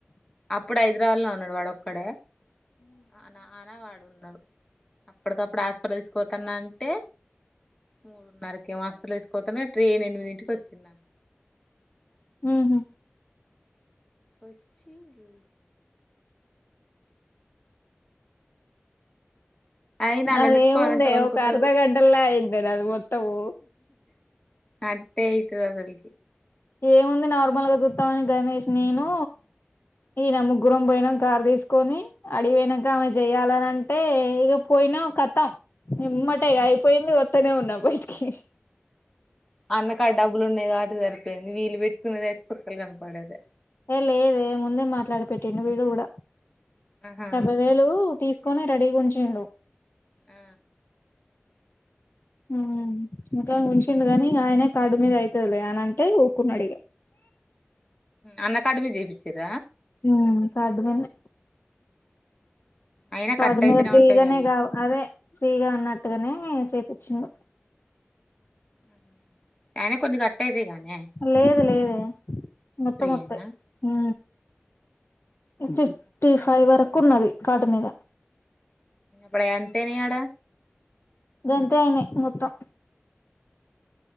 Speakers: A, on the left (about 20°); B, on the left (about 55°).
A: అప్పుడు ఐద్రావద్లనే ఉన్నాడు వాడు ఒక్కడే అ నా వాడు ఉన్నాడు అప్పడిదప్పుడు ఆస్ప్టల్ తీస్కువోతన్నా అంటే మూడున్నరకేమో హస్పిటల్ తీస్కవోతనే ట్రైన్ ఎనిమిదింటికి ఒచ్చింది.
B: ఉహు
A: ఒచ్చి ల అయిన అల్లనుఎత్తుకోవాలంటే
B: అదేముంది
A: ఒనుకుతారు.
B: ఒక అర్ధ గంటల్లో అయింది అది మొత్తము
A: అట్టే ఇకువోతది
B: ఏముంది నార్మల్గా జుత్తమని గణేష్ నేను. ఇన ముగ్గురం బోయినక్క కారు దిస్కొని ఆడివోయినక్క ఆవే జెయాలని అంటే ఇగ పోయినా కతాం ఎమ్మాటే ఇగా అయిపోయింది వోత్తనే ఉన్నా బైటికి
A: అన్నకాడా డబ్బులు ఉన్నాయ్ కావట్టి జరిపోయింది వీళ్లు వేట్టుకునేది అయితే కుక్కలు కన్పడేది
B: ఏ లేదే ముందే మాట్లాడి పెట్టటిండు వీడు గూడా
A: ఆహా
B: డెబ్బై వేలూ తీస్ కొని రడిగూంచిండు.
A: ఆ
B: ఉ ఇంకా ఉంచిండు కాగానిక ఆయన కడు మీద అయితది లే అని అంటే ఇగ ఉకున్నాడు ఇగ
A: అన్నకడిమి జేపిచ్చిర
B: హమ్ సాడ్ మేమే
A: అయినా
B: కాడు
A: కట్
B: మే
A: అయితేనే
B: ఫ్రీగానే
A: ఉంటాయి అయి
B: గా అదే ఫ్రీగా ఉన్నట్టుగానే చెప్పించిన
A: <inaudible> ఆయనే కొన్ని గట్టేదే గానీ
B: లేదు లేదే మొత్తం అత్తయ్
A: యేనా
B: హూ ఫిఫ్టీ ఫైవ్ వర్కు ఉన్నది కాడ్ మీద
A: పడయాంటయి నాయడ
B: గంతే అయినాయి మొత్తం